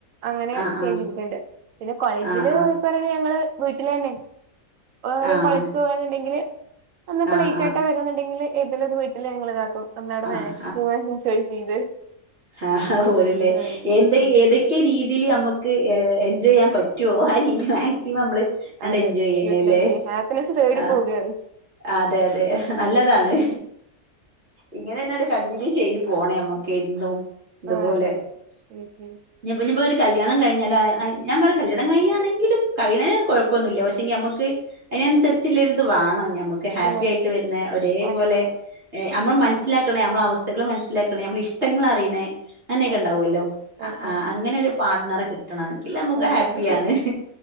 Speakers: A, on the right (about 65°); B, on the right (about 50°).
A: അങ്ങനെ
B: ആഹ്
A: സ്റ്റേ
B: ആഹ്
A: ചെയ്തിട്ടുണ്ട് പിന്നെ കോളേജില്
B: ആഹ്
A: ഇപ്പറയുന്ന ഞങ്ങളെ വീട്ടിലെന്നെ ഒരേ
B: ആഹ് ആഹ് ആഹ്
A: കോളേജിക്ക് പോകാണണ്ടെങ്കില് അന്നിപ്പ
B: ആഹ്
A: ലേറ്റ് ആയിട്ടാ വരുന്നുണ്ടെങ്കിൽ ഏതിലും ഒരു വീട്ടില് ഞങ്ങൾ ഇതാക്കും അന്നവിടെ
B: ആഹ്
A: മാക്സിമം എൻജോയ് ചെയ്ത്
B: ആഹാ പോരല്ലേ
A: ആ, അങ്ങനെ
B: എന്ത് ഏത്
A: ഉം
B: ഏതൊക്കെ രീതില് നമ്മക്ക് ഹെ എൻജോയ് ചെയ്യാൻ പറ്റോ ആ രീതീക്ക് മാക്സിമം
A: ഉം
B: മ്മള് ആണ്ട്
A: അതെ
B: എൻജോയ് ചെയ്യുന്നേല്ലേ
A: യൂട്ടിലൈസ് ചെയ്യും ഹാപ്പിനെസ് തേടി
B: ആ
A: പോവുകയാണ്
B: ആ അതെയതെ നല്ലതാണ് ഇങ്ങനെ ന്നാണ്ട് കണ്ടിന്യൂ ചെയ്ത് പോണേ നമ്മക്ക് എന്നും ഇതുപോലെ
A: ആ അതെ അതെ ഉം ഉം
B: ഞാ ഇപ്പോഞ്ഞിപ്പോ ഒരു കല്യാണം കഴഞ്ഞാലു ആ ഞാൻ പറ കല്യാണം കഴിഞ്ഞാണെങ്കിലും കഴിയണെനൊന്നും കുഴപ്പൊന്നില്ല പക്ഷെഞ്ഞിമ്മക്ക് അയിനനുസരിച്ചില്ലരുത് വണം ഞമ്മക്ക് ഹാപ്പി
A: അതെ
B: ആയിട്ട് വരുന്നെ ഒരേ
A: അതെ
B: പോലെ ഹെ നമ്മള് മനസിലാക്കണേ നമ്മളെ അവസ്ഥകൾ മനസ്സിലാക്കണെ നമ്മളെ ഇഷ്ടങ്ങൾ അറിയണെ അങ്ങനെക്കെ
A: അതെ
B: ഉണ്ടാവുല്ലോ
A: ആ ആ
B: അങ്ങനൊരു പാർട്ടനറെ കിട്ടണം എങ്കിലമുക്ക്
A: ആ അതെ
B: ഹാപ്പിയാണ്
A: അത് ശരിയാണ്